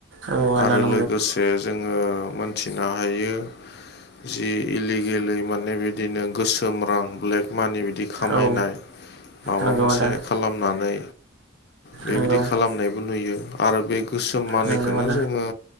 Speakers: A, on the right (about 75°); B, on the left (about 55°).
A: औ
B: आरो
A: आदा नंगौ।
B: लोगोसे जोङो मोनथिनो हायो जि इलिगेलै माने बिदिनो गोसो ओम्रां ब्लेक मानि बिदि खामायनाय
A: औ
B: माबा
A: नंगौ
B: मोनसे
A: आदा
B: खालामनानै बेबायदि
A: नंगौ
B: खालामनायबो नुयो आरो बे गोसोम मानिखोनो
A: नंगौ आदा
B: जोङो